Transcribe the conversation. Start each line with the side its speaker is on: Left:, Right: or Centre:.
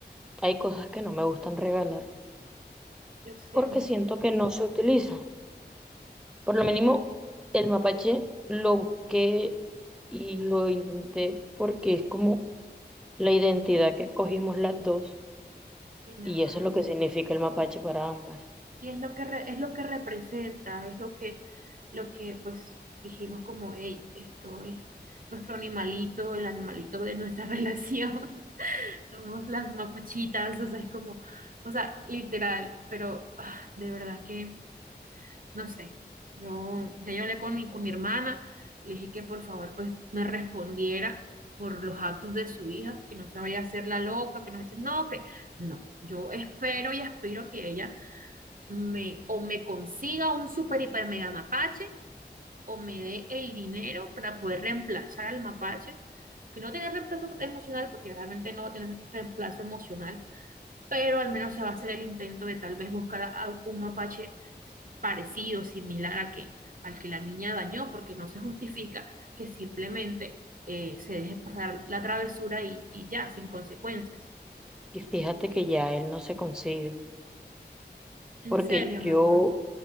Centre: hay cosas que no me gustan regalar
Right: yo sé,
Centre: porque
Right: mi
Centre: siento
Right: vida.
Centre: que no se utilizan. Por lo mínimo, el mapache lo busqué y lo intenté porque es como la identidad que escogimos las dos
Right: Sí, mi
Centre: y
Right: amor,
Centre: eso es
Right: lo
Centre: lo
Right: sé.
Centre: que significa el mapache para ambas.
Right: Sí, es lo que re- es lo que representa, es lo que, lo que pues dijimos como, hey, esto es nuestro animalito, el animalito de nuestra <laughs> relación. Somos las mapachitas, o sea, es como, o sea, literal, pero ah, de verdad que, no sé, yo ya yo hablé con mi, con mi hermana, le dije que por favor pues me respondiera por los actos de su hija, que no se vaya a hacer la loca, que no dice, no, que no, yo espero y aspiro que ella me, o me consiga un super hiper mega mapache o me dé el dinero para poder reemplazar al mapache, que no tiene reemplazo emocional porque realmente no va a tener reemplazo emocional, pero al menos se va a hacer el intento de tal vez buscar a un mapache parecido, similar al que, al que la niña dañó, porque no se justifica que simplemente eh, se deje pasar la travesura y, y ya, sin consecuencias.
Centre: Y fíjate que ya él no se consigue
Right: En
Centre: porque
Right: serio,
Centre: yo,
Right: mi amor,